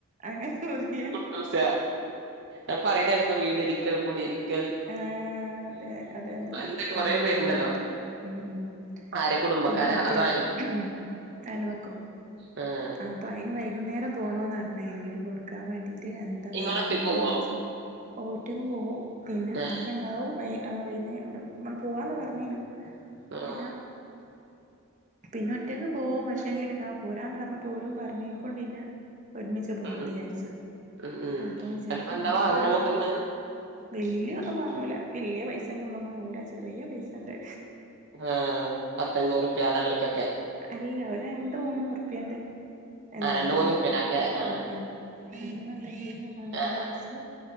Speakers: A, on the right; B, on the right.
A: അങ്ങനെ മുറിയ
B: കുട്ടൂഷ ആ പറയണ എടക്ക് വീട് രിക്കൽ കടി രിക്കൽ
A: ആ അതെ അതന്നെ
B: എന്തൊക്കെ കൊറേ
A: ആ വീട്
B: പേരുണ്ടല്ലോ
A: മാറ്റം ഉം ഉം
B: ആരെ കുടുംബക്കാരാ
A: കുടിയിരിക്കൽ
B: അതോ
A: <inaudible> അൽവക്കോ
B: ആഹ
A: ആ അപ്പ അന് വൈകുന്നേരം പോണോന്ന് പറഞ്ഞ അന് ഇന് കൊടുക്കാൻ വേണ്ടീട്ട് എ അപ്പ
B: ഇങ്ങള്
A: വാങ്ങാന്ന്
B: ഒറ്റക്ക് പോവോ
A: വിചാരിച്ചു ഒറ്റക്ക് പോകും പിന്നെ
B: ആഹ്
A: കാക്ക ഉണ്ടാവും ആഹ വൈനേരം മ്മൾപോവാന്ന് പറഞ്ഞേനു
B: ഉം
A: പിന്നെ പിന്നെ ഒറ്റക്ക് പോവും പക്ഷെങ്കില പോരാൻ പറഞ്ഞ പോരും പറഞ്ഞക്കൊണ്ട ഇന്നെ ഒരുമിച്ച് പോവാന്ന്
B: ഉം
A: വിചാരിച്ചത്
B: ഉം ഉം എന്നിട്ടിപ്പ
A: അപ്പോ വിചാരിക്കുന്ന
B: എന്താ
A: എന്തെങ്കിലും
B: വാങ്ങാൻ കൊണ്ടോന്നെ ആഹ്
A: വല്യ ഒന്നും വാങ്ങൂല വല്യ പൈസന്റെ ഒന്നും വാങ്ങൂല ചെറിയ പൈസന്റെ
B: ആഹ പത്തഞ്ഞൂറ് പ്യ അ ലെവൽക്കൊക്കെ
A: അല്ല ഒര് രണ്ട് മൂന്നുറുപ്പിയണ്ട്. എന്തെങ്കിലും
B: ആഹ് രണ്ട് മൂന്നുറുപ്യേന്റെ അങ്ങനെ ആഹ്
A: ആ ആ അങ്ങനെ എന്തെങ്കിലും വാങ്ങാന്ന്
B: ആഹ്
A: വിചാരിച്ചു